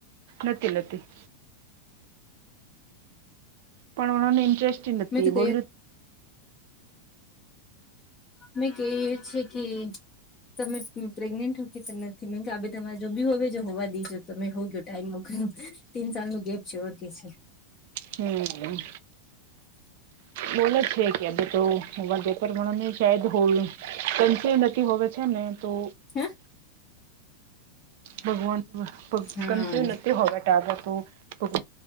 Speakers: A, on the right; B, on the left.
A: નથી નથી, પણ ઓને ઇન્ટરેસ્ટ નથી
B: મેં તો
A: બોલું
B: ક અમે કહીએ છેએ કે તમે પ્રેગ્નેન્ટ હો કે નથી મેમ કે આ તમારે જો બી હોવે જો હોવા દઈજો તમે હો ગયો. ટાઈમ મુક તીન સાલ નું ગેપ છે ઓર કે છે.
A: હમ. બોલો જ છે કે તો મને શદ હોયું ત નથી. હો છે ને તો
B: હે
A: ભગવાન <unintelligible>
B: હા
A: નહીં હોવે આજે તો ભ